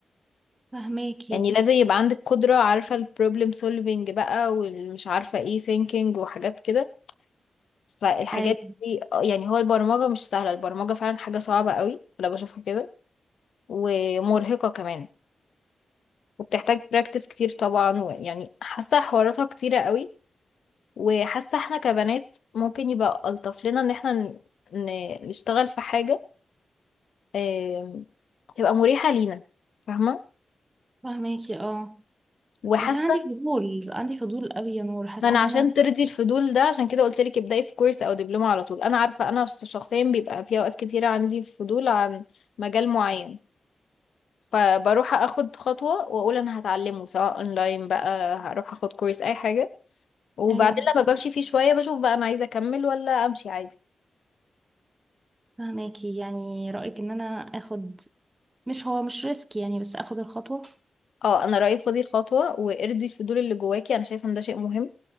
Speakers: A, on the right; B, on the left.
A: فهماكي
B: يعني لازم يبقى عندك قدرة عارفة البروبلم سولفينج بقى والمش عارفة ايه ثينكينج وحاجات كده فالحاجات
A: أيوة
B: دي آه، يعني هو البرمجة مش سهلة البرمجة فعلا حاجة صعبة قوي أنا بشوفها كده ومرهقة كمان وبتحتاج براكتس كتير طبعا ويعني حاسة حواراتها كتيرة قوي وحاسة احنا كبنات ممكن يبقى ألطف لنا ان احنا ن- ن- نشتغل في حاجة آم، تبقى مريحة لينا فاهمة
A: فهماكي اه
B: وحاسة
A: بس أنا عندي فضول عندي فضول قوي يا نور حاسة
B: ما انا
A: ان
B: عشان
A: انا
B: ترضي الفضول ده عشان كده قلت لك ابدأي في كورس او دبلومة على طول انا عارفة انا شخص- شخصيا بيبقى في اوقات كتيرة عندي فضول عن مجال معين فبروح اخد خطوة واقول انا هتعلمه سواء اونلاين بقى هروح اخد كورس اي حاجة وبعدين
A: ايوه
B: لما بمشي فيه شوية بشوف بقى انا عايزة اكمل ولا امشي عادي
A: فهماكي يعني رأيك ان انا اخد مش هو مش ريسك يعني بس اخد الخطوة
B: اه انا رايي خدي الخطوه وارضي الفضول اللي جواكي انا شايفه ان ده شيء مهم